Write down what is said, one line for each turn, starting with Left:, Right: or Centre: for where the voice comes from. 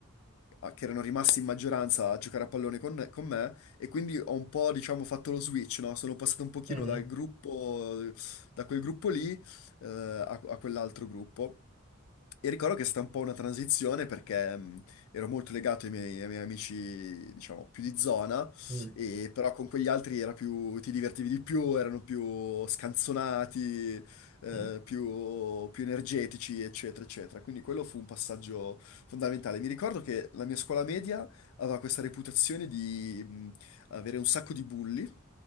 Left: a- che erano rimasti in maggioranza a giocare a pallone con, con me e quindi ho un po', diciamo, fatto lo switch, no? Sono passato un pochino
Right: mhm,
Left: dal gruppo, da quel gruppo lì, eh, a, a quell'altro gruppo. E ricordo che è stata un po' una transizione perché mh, ero molto legato ai miei, ai miei amici, diciamo, più di zona
Right: mm,
Left: e però con quegli altri era più, ti divertivi di più, erano più scanzonati, eh,
Right: mm.
Left: più, più energetici, eccetera, eccetera. Quindi quello fu un passaggio fondamentale. Mi ricordo che la mia scuola media aveva questa reputazione di mh, avere un sacco di bulli.